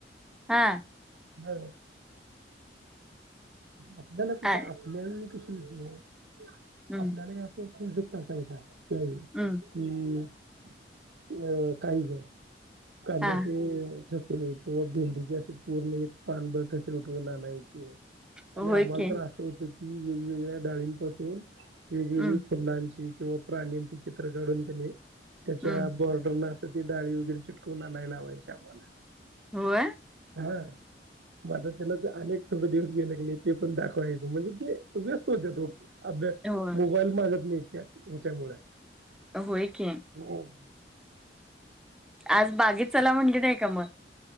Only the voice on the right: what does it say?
ह आपल्याला कस
आपल्या वेळी कस होत
आपल्याला हे पो्जेक्ट नसायचा त्यावेळी,
हम् अं काही जण काद्याचे
<unintelligible> किंवा भेंडीची असे पूर्ण एक पान भर ठसे उठवून आणायचे.
आणि आम्हाला
तर असं होतं की वेगवेगळ्या डाळींपासून वेगवेगळे
फुलांची किंवा प्राण्यांची चित्र काढून त्याने त्याच्या
बॉर्डर त डाळी वगरे चिटकून आणाय लावायची आम्हाला
हा मझ त्याला अनेक थोड दिवस घेऊ लागले ते पण दाखवायचं म्हणजे ते व्यस्त होत अभ्या
मोबाईल मागत नाही त्या त्याच्यामुळे
हम